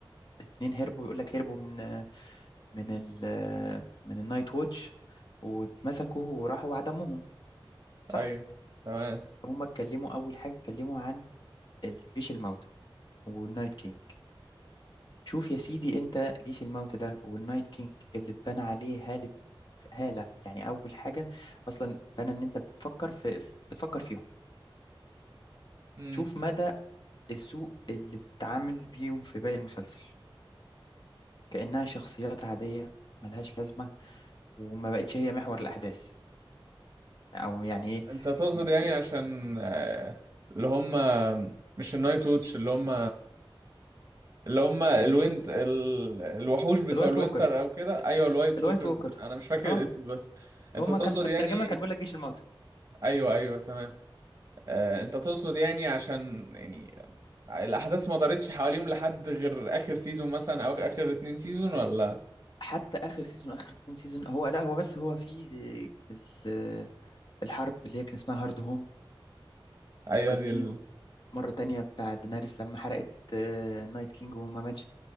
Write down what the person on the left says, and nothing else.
اتنين هربوا يقول لك هربوا من من ال من النايت ووتش واتمسكوا وراحوا عدموهم صح
هم اتكلموا اول حاجه اتكلموا عن جيش الموتى والنايت كينج شوف يا سيدي انت جيش الموتى ده والنايت كينج اللي اتبنى عليه هاله هاله يعني اول حاجه اصلا اتبنى ان انت بتفكر في بتفكر فيهم
شوف مدى السوء اللي اتعامل بيهم في باقي المسلسل كأنها شخصيات عادية ملهاش لازمة وما بقتش هي محور الأحداث أو يعني إيه
م-
م-
الوايت
ووكرز
الوايت
ووكرز
اه
هما
كان في الترجمة
كان بيقول لك جيش الموتى
حتى آخر سيزون آخر اتنين سيزون هو لا هو بس هو في ال- الحرب اللي هي كان اسمها هارد هوم
وكانت
في
مرة تانية بتاع دينارس لما حرقت آه، نايت كينج وهما ماتش